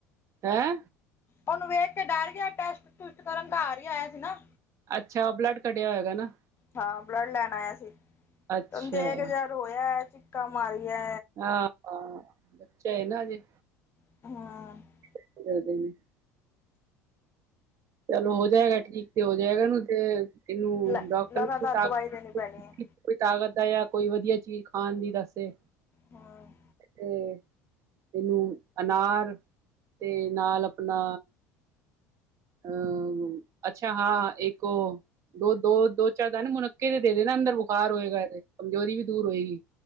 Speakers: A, on the right (about 40°); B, on the left (about 30°).
A: ਹੈਂ!
B: ਉਹਨੂੰ ਵੇਖਕੇ ਡਰਗਿਆ, ਟੈਸਟ-ਟੁਸਟ ਕਰਨ ਘਰ ਹੀ ਆਇਆ ਸੀ, ਨਾ।
A: ਅੱਛਾ, ਬਲੱਡ ਕਢਿਆ‌ ਹੋਏਗਾ ਨਾ?
B: ਹਾਂ, ਬਲੱਡ ਲੈਣ ਆਇਆ ਸੀ। ਤੇ
A: ਅੱਛਾ
B: ਉਹਨੂੰ ਦੇਕੇ
A: ਹਾਂ
B: ਜਰਾ ਰੋਇਆ, ਚੀਕਾ ਮਾਰਿਆਂ।
A: ਹਾਂ-ਹਾਂ ਬੱਚਾ ਏ ਨਾ, ਹਜੇ।
B: ਹੂੰ।
A: ਹ <unintelligible> ਚਲੋ, ਹੋ ਜਾਏਗਾ ਠੀਕ, ਤੇ ਹੋ ਜਾਏਗਾ ਨਾ, ਤੇ ਇਹਨੂੰ
B: ਲ
A: ਡਾਕਟਰ
B: ਲਗਾਤਾਰ
A: ਕੋਲ ਤਾਕਤ
B: ਦਵਾਈ ਦੇਣੀ
A: ਦੀ
B: ਪੈਣੀ ਹੈ
A: ਕੋਈ ਤਾਕਤ ਦਾ, ਯਾ ਕੋਈ ਵਧੀਆ ਚੀਜ਼ ਖਾਣ ਦੀ ਦੱਸੇ।
B: ਹਾਂ।
A: ਤੇ, ਇਹਨੂੰ ਅਨਾਰ ਤੇ ਨਾਲ, ਅਪਨਾ ਅਂ, ਅੱਛਾ, ਹਾਂ, ਇੱਕ ਓ ਦੋ-ਦੋ, ਦੋ-ਚਾਰ ਦਾਣੇ ਮੁਣੁੱਕੇ ਦੇ ਦੇਦੇ ਨਾ ਅੰਦਰ ਬੁਖਾਰ ਹੋਏਗਾ ਇਹਦੇ, ਕਮਜ਼ੋਰੀ ਵੀ ਦੂਰ ਹੋਏਗੀ।